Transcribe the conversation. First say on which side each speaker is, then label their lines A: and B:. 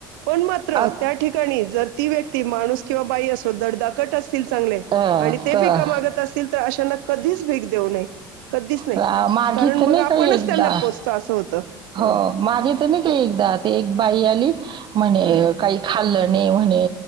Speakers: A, on the right (about 65°); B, on the right (about 45°).
A: पण मात्र
B: आत-
A: त्या ठिकाणी जर. ती व्यक्ती माणूस किंवा बाई असो दड दाकट असतो. असतील चांगले
B: अं,
A: आणि ते
B: त-
A: भीक मागत असतील तर अशांना कधीच भीक देऊ नये. कधीच नाही
B: आ, मागित
A: कारण मग
B: नाही
A: आपणच
B: का एकदा
A: त्यांना पोसतो असं होतं. ह
B: हो मागे तर नाही का एकदा ते एक बाई आली म्हणे
A: ह
B: काही खाल्लं म्हणे